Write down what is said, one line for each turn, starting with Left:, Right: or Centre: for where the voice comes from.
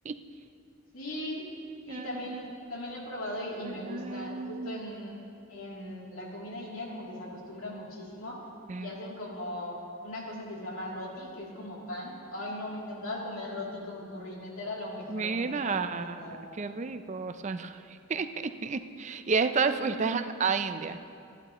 Right: <laughs>
Left: Sí, sí,
Right: Ah,
Left: también,
Right: mira,
Left: también lo he probado y, y
Right: ah,
Left: me gusta. Justo
Right: mira.
Left: en, en la comida india como que se acostumbra muchísimo
Right: Eh,
Left: y hacen como una cosa que se llama roti, que es como pan. Ay, no, me encantaba comer roti con curry, neta era lo mejor,
Right: Mira,
Left: me encantaba, me encantaba.
Right: qué rico suena. <laughs> Y esto
Left: Sí.
Right: fuiste a, a India.